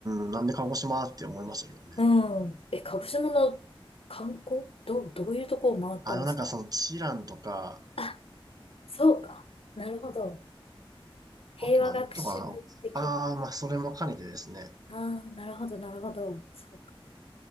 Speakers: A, on the right; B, on the left.
A: ーん、なんで鹿児島って思いましたけどね。
B: <laughs> うん。え、鹿児島の観光どう、どういうとこを回ったんですか
A: あの、なんかその、チランとか、
B: あそうか。なるほど。平和学習的。
A: あと何とったかな。ああ、まあ、それも兼ねてですね。
B: ああ、なるほど、なるほど。そうか。